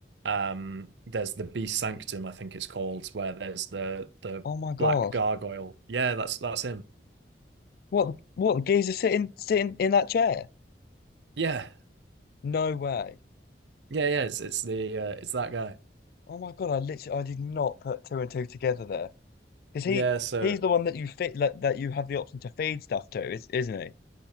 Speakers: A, on the right; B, on the left.
A: um, there's the Beast Sanctum, I think it's called, where there's the the
B: Oh my God!
A: black gargoyle. Yeah, that's that's him.
B: What the- what the geezer sitting sitting in that chair?
A: Yeah,
B: No way!
A: yeah, yeah. It's it's the uh, it's that guy.
B: Oh my God! I literally I did not put two and two together there. Because he
A: Yeah, so.
B: he's the one that you fit that, that you have the option to feed stuff to, is isn't he?